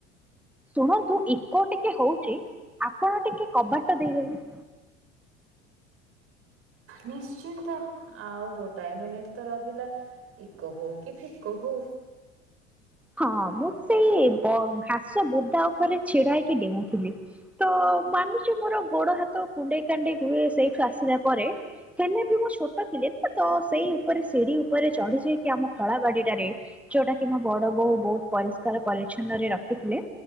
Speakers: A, in the centre; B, on the right (about 40°).
A: ଶୁଣନ୍ତୁ ଇକୋ ଟିକେ ହଉଛି ଆପଣ ଟିକେ କବାଟଟା ଦେଇଦେଲେ।
B: ନିଶ୍ଚିନ୍ତ ଆଉ ଗୋଟାଏ ମିନିଟ ତ ରହିଲା। ଇକୋ ହଉ କି ଫିକୋ ହଉ।
A: ହଁ ମୁଁ ସେଇ ଘାସ ବୁଦା ଉପରେ ଛିଡା ହେଇକି ଡେଉଁଥିଲି। ତ ମାନୁଛି ମୋର ଗୋଡ ହାତ କୁଣ୍ଡେଇ କାଣ୍ଡେଇ ହୁଏ ସେଇଠୁ ଆସିଲା ପରେ। ହେଲେ ବି ମୁଁ ଛୋଟ ଥିଲି ନା ତ ସେଇ ଉପରେ ସିଢି ଉପରେ ଚଢି ଯାଇକି ଆମ ଖଳା ବାଡିଟାରେ। ଯୋଉଟା କି ମୋ ବଡ ବୋଉ ବହୁତ ପରିଷ୍କାର ପରିଚଛନ୍ନରେ ରଖିଥିଲେ।